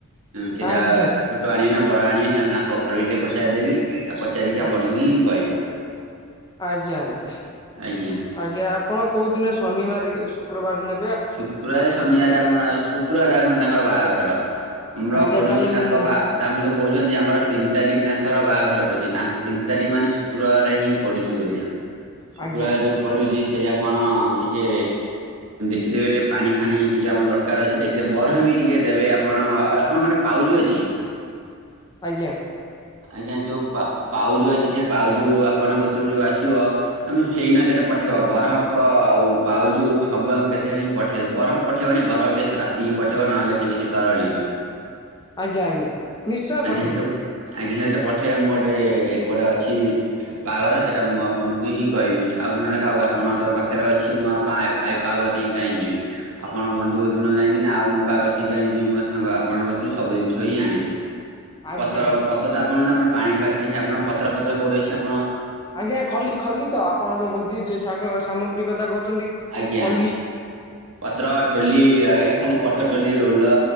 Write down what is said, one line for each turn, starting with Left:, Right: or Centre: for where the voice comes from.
Right: ସେଇଟା
Left: ଆଜ୍ଞା
Right: ଛୋଟ ଆଣିବେ ନା ବଡ ଆଣିବେ <unintelligible> ତାଙ୍କ ଘର ଟିକେ ପଚାରଦେବି ଏ ପଚାରିକି
Left: ଆଜ୍ଞା
Right: ଆପଣଙ୍କୁ ହିଁ ମୁଁ କହିବି।
Left: ଆଜ୍ଞା ଆଜ୍ଞା
Right: ଆଜ୍ଞା
Left: ଆଜ୍ଞା ଆପଣ କୋଉ ଦିନେ ଶନିବାର ଶୁକ୍ରବାର ନେ
Right: ଶୁକ୍ରବାର ଶନିବାର ଆମର ଶୁକ୍ରବାର <unintelligible> ରଖନ୍ତି ତାଙ୍କର ବାହାଘର । ଆମର
Left: ଆଜ୍ଞା
Right: ପଡୁଛି
Left: ତାହେଲେ
Right: ତାଙ୍କ
Left: ମୁଁ
Right: ବା ତାଙ୍କୁ ଯୋଉ କହୁଛନ୍ତି ଆମର ତିନି ତାରିଖ ତାଙ୍କର ବାହାଘର ପଡୁଛି ତିନି ତାରିଖ ମାନେ ଶୁକ୍ରବାର ହିଁ ପଡୁଛି ବୋଲି ଶୁକ୍ରବାର
Left: ଆଜ୍ଞା
Right: ଯୋଉ ପଡୁଛି ସେଇ ଆପଣ ଟିକେ ଦେଖିଦେବେ ଟିକେ ପାଣି ଫାଣି ଟିକେ ଆମ ଦରକାର ଅଛି ଦେଖିଦେବେ ବରଫ ବି ଟିକେ ଦେବେ ଆପଣ ଆପଣ ମୋରେ ପାଉଜ ଅଛି ‌? <inaudible>
Left: ଆଜ୍ଞା।
Right: ଆଜ୍ଞା ଯୋଉ ପା ପାଉଜୁ ଅଛି ସେ ପାଉଜୁ ଆପଣଙ୍କ କତିରୁ ଯୋଉ ଆସିବ ଆମେ ସେଇନା ଏକା ପଠେଇବ ବରଫ ଆଉ ପାଉଜୁ ସବୁ ଆମ କେତେ ହିଁ ପଠେଇବ ବରଫ ପଠେଇବନି ବରଫ ଟେ ରାତି <unintelligible> ପଠେଇବ ନହେଲେ ଟିକେ ସେ ତରଳି ଯିବ।
Left: ଆଜ୍ଞା ଆଜ୍ଞା ନିଶ୍ଚୟ ପଠେଇବି।
Right: ସେଥିରେ ଆଜ୍ଞା <unintelligible> ପଠେଇବେ ମୁଁ ଗୋଟେ ଏପଟେ ଅଛି ବାହାଘର ସେଇଟା ମୁଁ ଆପଣଙ୍କୁ ହିଁ କହିବି । ଆଉ ନହେଲେ କାହାକୁ ଆପଣଙ୍କ ପାଖରେ ଅଛି ମୁଁ ଆଉ <unintelligible> ଆଉ କାହା କତିିକି କାଇଁ ଯିବି ଆପଣ ବନ୍ଧୁ କତିକି କାହିଁକି ନା ଆଉ ମୁଁ କାହା କତିକି କାଇଁ ଯିବି ମୋ ସାଙ୍ଗ ଆପଣଙ୍କ କତିରୁ ସବୁ ଜିନିଷ ହିଁ ଆଣିବି।
Left: ଆଜ୍ଞା
Right: ପତର
Left: ।
Right: ପତର ତ ଆପଣ <unintelligible> ପାଣି ଫ୍ୟାକ୍ଟ୍ରି ଆପଣ ପତ୍ର ଫତ୍ର କଉଠି ଅଛି ଆ
Left: ଆଜ୍ଞା ଖଲି ଖଲି ତ ଆପଣ ଯୋଉ ଭୋଜି ସା ସାମଗ୍ରୀ କଥା କହୁଛନ୍ତି
Right: ଆଜ୍ଞା
Left: ଖଲି। <unintelligible>
Right: ପତ୍ର ଠୋଲି ଏ <unintelligible> ପତ୍ର ଠୋଲି ରୋଲ